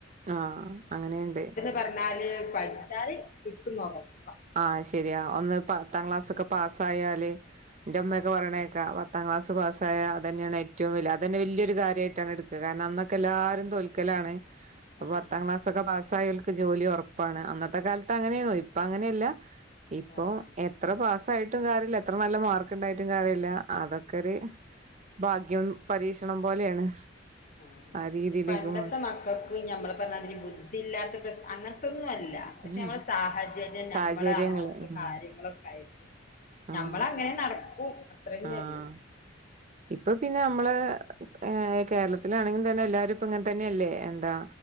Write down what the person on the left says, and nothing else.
പറഞ്ഞാല് പഠിച്ചാല് കിട്ടുന്നു ഉറപ്പ
ആഹ്
ആഹ്
ആഹ്
ആഹ്
പണ്ടത്തെ
മക്കൾക്ക് ഈ ഞമ്മള് പറഞ്ഞതിന് ബുദ്ധിയില്ലാത്ത പ്രശ് അങ്ങനത്തൊന്നും അല്ല പക്ഷെ
നമ്മളെ സാഹചര്യം
നമ്മള അങ്ങത്തെ
കാര്യങ്ങളൊക്കെ ആയിട്ട്
നമ്മള അങ്ങനെ നടക്കും അത്രന്നെ
ഉള്ളൂ